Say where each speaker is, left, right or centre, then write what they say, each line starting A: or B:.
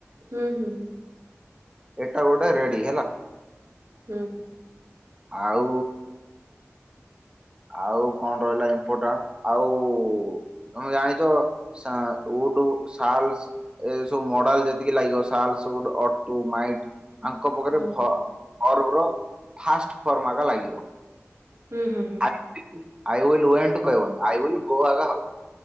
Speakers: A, on the right (about 75°); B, on the right (about 20°).
A: ହୁଁ ହୁଁ ହୁଁ।
B: ଏଟା ଗୋଟେ ରେଡ଼ି।
A: ହୁଁ।
B: ଆଉ ଆଉ କଣ ରହିଲା ଇମ୍ପୋର୍ଟାଣ୍ଟ, ଆଉ ତମେ ଜାଣିଛ ସା ଉଡୁ ଶାଲ୍ସ ଏ ସବୁ ମଡାଲ ଯେତିକି ଲାଗିବ ଶାଲ ସୁଡ୍ ଅଟୁ ମାଇଟ୍ ଆଙ୍କ ପାଖରେ
A: ହୁଁ ହୁଁ
B: ଭ ଭର୍ବ୍ ର ଫାଷ୍ଟ ଫର୍ମ ଆଗ ଲାଗିବ।
A: ହୁଁ ହୁଁ।
B: ଆଇ ଉଇଲ୍ ୱେଣ୍ଟ କହିବନି ଆଇ ଉଇଲ୍ ଗୋ ଆଗ ହବ।